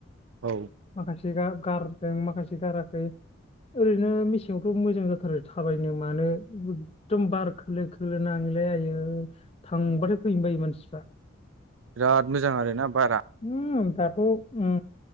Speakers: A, on the right; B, on the left.
A: औ।
B: माखासे गा गारदों माखासे गाराखै ओरैनो मिस यावथ' मोजां जाथारो थाबायनो मानो एखदम बार खोलो खोलो नाङोलै आयै थांबाथाय फैनो बायो मानसिफा
A: बिराद मोजां आरोना बारा।
B: उम दाथ' उम